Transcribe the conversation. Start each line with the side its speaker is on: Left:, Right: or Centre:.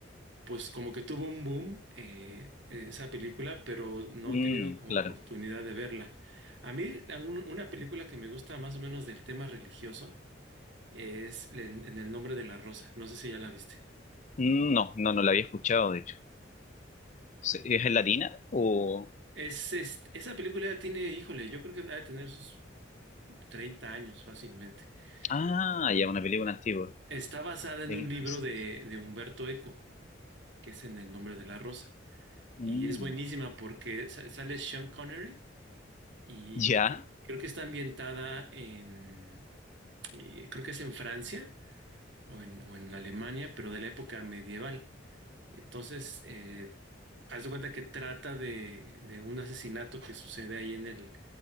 Right: pues como que tuvo un boom eh, esa película, pero no
Left: Mm,
Right: he tenido como
Left: claro.
Right: oportunidad de verla. A mí la- un- una película que me gusta más o menos del tema religioso es En en el nombre de la rosa. No sé si ya la viste.
Left: Mm, No, no, no la había escuchado, de hecho. ¿Se- ¿Es en latina o...?
Right: Es, es- esa película ya tiene, híjole, yo creo que va a tener sus 30 años fácilmente.
Left: Ah,
Right: Eh,
Left: ya, una película antigua.
Right: está basada en
Left: Ya,
Right: un
Left: qué interesante.
Right: libro de, de Humberto Eco, que es En el nombre de la rosa.
Left: Mm,
Right: Y es buenísima porque sa- sale Sean Connery y
Left: ya.
Right: cre- creo, que está ambientada en, eh, creo que es en Francia o en, o en Alemania, pero de la época medieval. Entonces, eh, haz de cuenta que trata de, de un asesinato que sucede ahí en el,